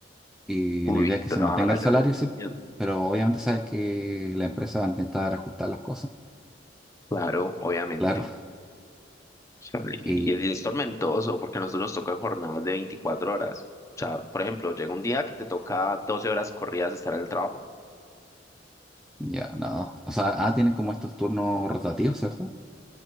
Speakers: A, in the centre; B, on the left.
A: Y
B: Uy,
A: la idea es que
B: trabajar
A: se mantenga
B: allá
A: el salario,
B: es
A: sí,
B: genial.
A: pero obviamente sabes que la empresa va a intentar ajustar las cosas.
B: Claro, obviamente.
A: Claro.
B: sea, y,
A: Y
B: y es tormentoso porque a nosotros nos tocan jornadas de 24 horas. O sea, por ejemplo, llega un día que te toca 12 horas corridas estar en el trabajo.
A: ya, no. O sea, ah, tienen como estos turnos rotativos, ¿cierto?